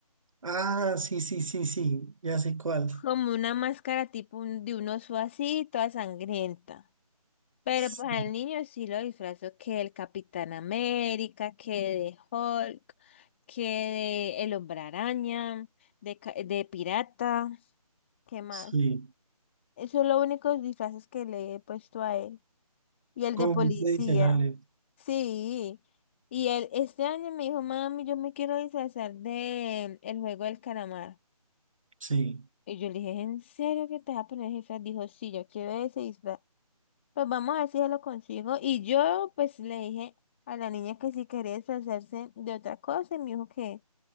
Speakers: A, on the right; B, on the left.
A: Ah, sí, sí, sí, sí, ya sé cuál.
B: como una máscara tipo un- de un oso así, toda sangrienta. Pero
A: Sí,
B: pues al niño sí lo disfrazó que el Capitán América, que de Hulk, que de el Hombre Araña, de, ca- de pirata, ¿qué más?
A: sí.
B: Esos son los únicos disfraces que le he puesto a él. Y el
A: Como
B: de policía.
A: muy tradicionales.
B: Sí. Y él este año me dijo, mami, yo me quiero disfrazar de el juego del calamar.
A: Sí,
B: Y yo le dije, ¿en serio que te vas a poner el disfraz? Dijo, sí, yo quiero ese disfraz. Pues vamos a ver si se lo consigo. Y yo, pues, le dije a la niña que si quería disfrazarse de otra cosa. Y me dijo que,